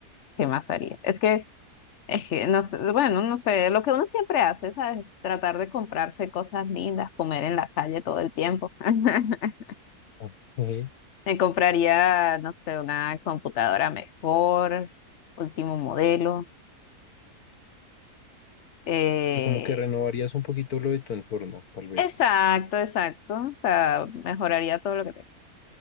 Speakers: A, on the left; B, on the left.
A: ¿qué más haría? Es que, es que no sé, bueno, no sé, lo que uno siempre hace, ¿sabes? Tratar de comprarse cosas lindas, comer en la calle todo el tiempo. <laughs>
B: Ok. O
A: Me compraría, no sé, una computadora mejor, último modelo. Eh,
B: sea, como que renovarías un poquito lo de tu entorno, tal vez.
A: exacto, exacto. O sea, mejoraría todo lo que tengo.